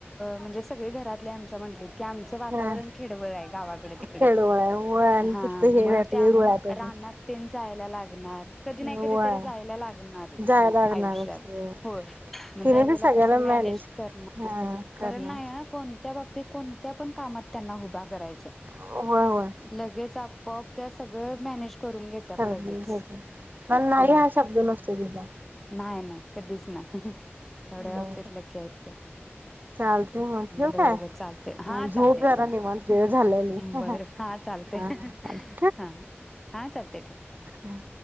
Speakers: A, in the centre; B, on the right.
A: म्हणजे सगळी घरातल्या आमच्या म्हटलीत की आमचं वातावरण
B: हा
A: खेडवळ हाय. गावाकड तिकड
B: खेडोळ आहे होय आणि
A: हा
B: तिथं हे
A: मग
B: व्हाय पाहिजे
A: त्यामुळं
B: रुळ व्हाय पाहिजे
A: रानात तेन जाय लागणार कधी नाही
B: होय.
A: कधी तरी जायला लागणारच
B: जाय लागणारच
A: आयुष्यात
B: की
A: होय म
B: तिने
A: त्यावेळेला
B: बी सगळ्याला
A: कस मॅनेज करणार
B: हा
A: त्या
B: करणार
A: करत नाही हा कोणत्याबबतीत कोणत्या पण कामात त्यांना हुभा करायच्या
B: होय होय
A: लगेच आप पप त्या सगळ मॅनेज करून घेतात
B: कर
A: लगेच
B: पण नाही
A: हो.
B: हा शब्द नसतो तिला
A: नाही नाही कधीच नाही तेवढ्या
B: बर
A: बाबतीत लकी् आहेत त्या
B: चालते मग ठेव
A: बर
B: काय
A: बर चालते हा
B: झोप
A: चालते
B: जरा
A: ठेवा
B: निवांत वेळ झालेली. हा
A: बर हा चालते.
B: चालतंय
A: हा हा चालतय. ते ठेव.
B: हम्